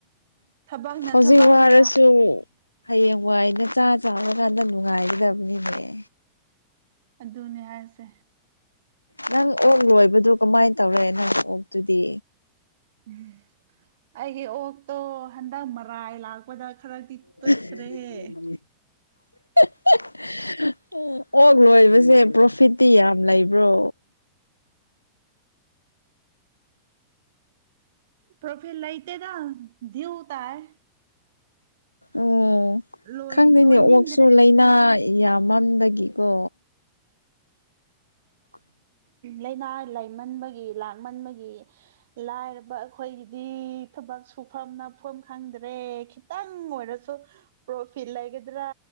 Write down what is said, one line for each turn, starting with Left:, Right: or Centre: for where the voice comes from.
Right: ꯊꯕꯛꯅ
Left: ꯍꯧꯖꯤꯛ
Right: ꯊꯕꯛꯅ
Left: ꯋꯥꯔꯁꯨ ꯍꯌꯦꯡ ꯋꯥꯏꯗ ꯆꯥ ꯆꯥꯔꯀꯥꯟꯗ ꯅꯨꯡꯉꯥꯏꯒꯗꯕꯅꯤꯅꯦ
Right: ꯑꯗꯨꯅꯦ ꯍꯥꯏꯁꯦ
Left: ꯅꯪ ꯑꯣꯛ ꯂꯣꯏꯕꯗꯨ ꯀꯃꯥꯏꯅ ꯇꯧꯔꯦ ꯅꯪ ꯑꯣꯛꯇꯨꯗꯤ
Right: ꯎꯝ ꯑꯩꯒꯤ ꯑꯣꯛꯇꯣ ꯍꯟꯗꯛ ꯃꯔꯥꯏ ꯂꯥꯛꯄꯗ ꯈꯔꯗꯤ
Left: <unintelligible>
Right: ꯇꯨꯠꯈ꯭ꯔꯦꯍꯦ
Left: ꯎꯝ ꯑꯣꯛ ꯂꯣꯏꯕꯁꯦ ꯄ꯭ꯔꯣꯐꯤꯠꯇꯤ ꯌꯥꯝ ꯂꯩꯕ꯭ꯔꯣ
Right: ꯄ꯭ꯔꯣꯐꯤꯠ ꯂꯥꯏꯇꯦ ꯗꯤꯎ ꯇꯥꯏ
Left: ꯑꯣ
Right: ꯂꯣꯏ
Left: ꯈꯪꯗꯦꯅꯦ
Right: ꯂꯣꯏꯅꯤꯡꯗ꯭ꯔꯦ
Left: ꯑꯣꯛꯁꯨ ꯂꯩꯥꯅꯥ ꯌꯥꯝꯃꯟꯕꯒꯤꯀꯣ <unintelligible>
Right: ꯂꯩꯅꯥ ꯂꯩꯥꯏꯃꯟꯕꯒꯤ ꯂꯥꯛꯃꯟꯕꯒꯤ ꯂꯥꯏꯔꯕ ꯑꯈꯣꯏꯒꯤꯗꯤ ꯊꯕꯛ ꯁꯨꯐꯝ ꯅꯣꯝꯐꯝ ꯈꯪꯗ꯭ꯔꯦ ꯈꯤꯇꯪ ꯑꯣꯏꯔꯁꯨ ꯄ꯭ꯔꯣꯐꯤꯠ ꯂꯩꯒꯗ꯭ꯔꯥ